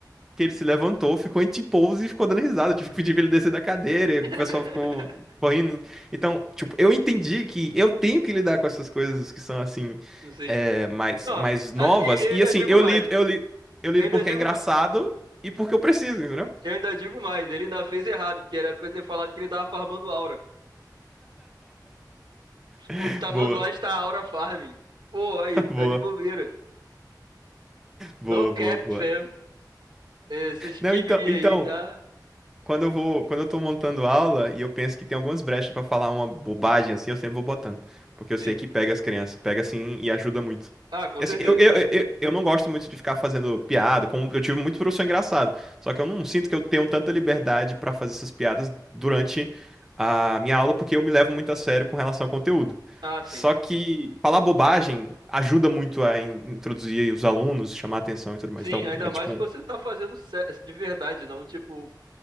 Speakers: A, in the centre; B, on the right (about 80°).
A: que ele se levantou, ficou em T-pose e ficou dando risada. Eu tive que pedir pra ele descer da cadeira, e o
B: <laughs>
A: pessoal ficou correndo. Então, tipo, eu entendi que eu tenho que lidar com essas coisas que são, assim,
B: Sim.
A: é, mais,
B: Não,
A: mais novas.
B: ah, e e eu
A: E,
B: ainda
A: assim,
B: digo
A: eu
B: mais.
A: lido, eu lido,
B: Eu
A: eu lido
B: ainda
A: porque
B: digo,
A: é engraçado
B: ma-
A: e porque eu preciso, entendeu?
B: eu ainda digo mais. Ele ainda fez errado, porque era pra eu ter falado que ele tava farmando aura. O
A: <laughs>
B: Tamanduá
A: Boa,
B: está aura farming. Pô, aí, tá
A: <laughs> boa.
B: de bobeira.
A: Boa,
B: No
A: boa,
B: cap,
A: boa.
B: fam. Esses kibiri
A: Não, então, então,
B: aí, tá?
A: quando eu vou, quando eu tô montando aula e eu penso que tem algumas brechas pra falar uma bobagem assim, eu sempre vou botando, porque
B: Sim.
A: eu sei que pega as crianças, pega assim e ajuda muito.
B: Ah, com
A: E,
B: certeza.
A: assim, eu, eu, eu, eu não gosto muito de ficar fazendo piada, como eu tive muito professor engraçado, só que eu não sinto que eu tenho tanta liberdade pra fazer essas piadas durante a minha aula, porque eu me levo muito a sério com relação ao conteúdo.
B: Ah, sim.
A: Só que falar bobagem ajuda muito a in- introduzir os alunos, chamar atenção e tudo mais.
B: Sim,
A: Então,
B: ainda
A: é tipo
B: mais se
A: um
B: você tá fazendo sé- de verdade, não, tipo,